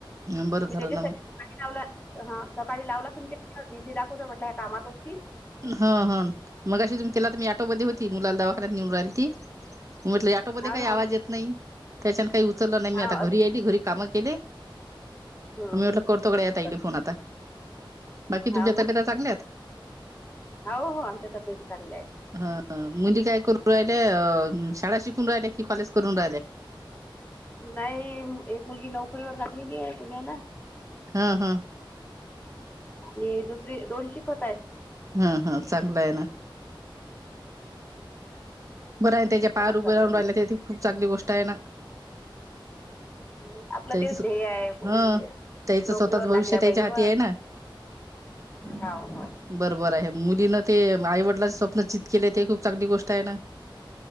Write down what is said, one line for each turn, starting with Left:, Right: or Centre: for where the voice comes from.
Right: हं, बरं
Left: मी
Right: झालं
Left: त्याच्यासाठी
Right: ना मग
Left: सकाळी लावला हा सकाळी लावला तुमच्या <inaudible> बिझी दाखवते म्हटल्या कामात असतील.
Right: हा हा मगाशी तुम्ही केला होता ऑटोमध्ये होती मुलाला दवाखान्यात नेऊन राहिल ती. म्हटलं ऑटो मध्ये
Left: हाव
Right: काही
Left: ना हो
Right: आवाज
Left: ना
Right: येत नाही. त्याच्याने काही उचललं नाही मी
Left: हा
Right: आता घरी
Left: अस
Right: आली घरी कामं केले.
Left: हं
Right: मी म्हटलं
Left: हं
Right: करतोकडे
Left: हं
Right: या ताईले
Left: बरं
Right: फोन आता. बाकी
Left: हाव
Right: तुमच्या
Left: ना
Right: तब्येता चांगल्यात
Left: हाव हो आमच्या तब्येती चांगल्या आहे.
Right: हा मुली काय करून राहिले अ उम शाळा शिकून राहिले कि कॉलेज करून राहिले?
Left: नाही एक मुलगी नोकरीवर लागलेली आहे पुण्याला.
Right: हा हा.
Left: आणि दुसरी दोन शिकत आहेत.
Right: हा हा चांगला आहे ना.
Left: <unintelligible>
Right: बरं
Left: त्यांचे
Right: आहे त्याज्या
Left: शिक्षणच
Right: पायावर उभे
Left: चालू
Right: राहून
Left: आहे दोघींचे
Right: राहिला ते तर खूप चांगली गोष्ट आहे ना.
Left: नाही आपलं
Right: त्याच
Left: तेच ध्येय आहे पोरीे
Right: ह
Left: विरी
Right: त्याचं
Left: नोकरीवर
Right: स्वतःच भविष्य
Left: लागल्या
Right: त्याच्या
Left: पाहिजे
Right: हाती
Left: ब.
Right: आहे ना.
Left: हाव हाव.
Right: बरोबर आहे मुलीना ते आई वडलाच स्वप्न चित केले ते खूप चांगली गोष्ट आहे ना.